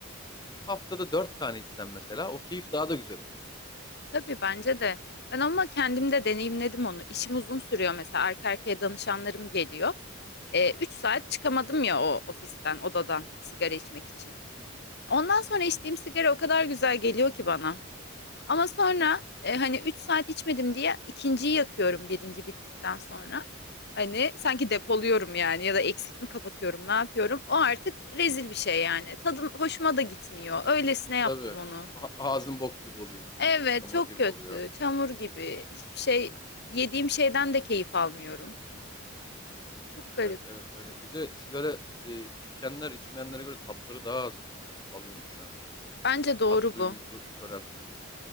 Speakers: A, on the left; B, on the left.
A: haftada dört tane içsen mesela o keyif daha da güzel olur.
B: tabii bence de. Ben ama kendim de deneyimledim onu. İşim uzun sürüyor mesela. Arka arkaya danışanlarım geliyor. E, 3 saat çıkamadım ya o ofisten, odadan sigara içmek için.
A: Hı hı.
B: Ondan sonra içtiğim sigara o kadar güzel geliyor ki bana. Ama sonra
A: Değil mi?
B: e, hani 3 saat içmedim diye ikinciyi yakıyorum birinci bittikten sonra. Hani sanki depoluyorum yani ya da eksik mi kapatıyorum ne yapıyorum? O artık rezil bir şey yani. Tadım hoşuma da gitmiyor. Öylesine yaptım
A: Tabii.
B: onu.
A: A- ağzın bok gibi oluyor içi.
B: Evet
A: Çamur
B: çok
A: gibi
B: kötü.
A: oluyor.
B: Çamur gibi. Hiçbir şey yediğim şeyden de keyif almıyorum. Çok garip.
A: Evet evet öyle. Bir de sigara e, içenler içmeyenlere göre tatları daha az alıyormuş ya.
B: Bence doğru
A: Tat duyumuzu
B: bu.
A: köreltiyormuş.